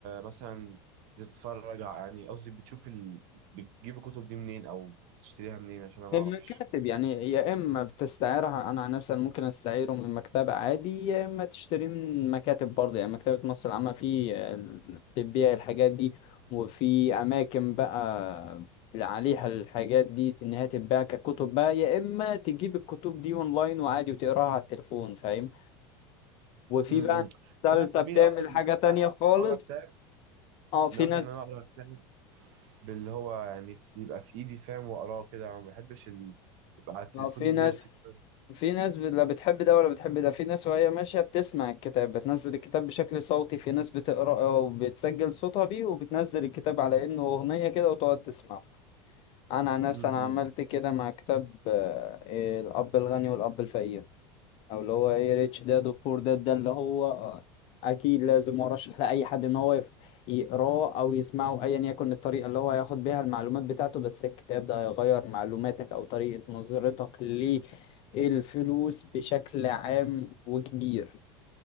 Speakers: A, on the right; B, on the left.
A: مثلا بتتفرج ع- يعني قصدي بتشوف ال... بتجيب الكتب دي منين او بتشتريها منين عشان انا
B: من
A: ما اعرفش
B: مكاتب يعني يا اما بتستعيرها انا عن نفسي أنا ممكن استعيره من مكتبة عادي يا اما تشتريه من مكاتب برضه يعني مكتبة مصر العامة في ال- بتبيع الحاجات دي وفي اماكن بقى عليها الحاجات دي ان هي تتباع ككتب بقى يا اما تجيب الكتب دي اونلاين وعادي وتقراها على التليفون فاهم وفي
A: امم
B: بقى ناس تالتة
A: بس انا بميل
B: بتعمل
A: اكتر ان
B: حاجة تانية
A: انا
B: خالص
A: اقرا كتاب
B: اه في
A: بميل اكتر
B: ناس
A: ان انا اقرا كتاب باللي هو يعني في- يبقى في ايدي فاهم واقراه كده ما بحبش ال... يبقى على التليفون
B: ما هو في ناس
A: ديجيتال
B: في ناس ب- لا بتحب ده ولا بتحب ده في ناس وهي ماشية بتسمع الكتاب بتنزل الكتاب بشكل صوتي في ناس بتقرأ وبتسجل صوتها بيه وبتنزل الكتاب على إنه أغنية كده وتقعد تسمعه أنا عن نفسي
A: امم
B: أنا عملت كده مع كتاب آه، إيه، الأب الغني والأب الفقير او اللي هو ايه ريتش داد وبور داد ده اللي هو آه، اكيد لازم ارشح لاي حد ان هو يف- يقراه او يسمعه ايا يكن الطريقه اللي هو هياخد بيها المعلومات بتاعته بس الكتاب ده هيغير معلوماتك او طريقه نظرتك للفلوس بشكل عام وكبير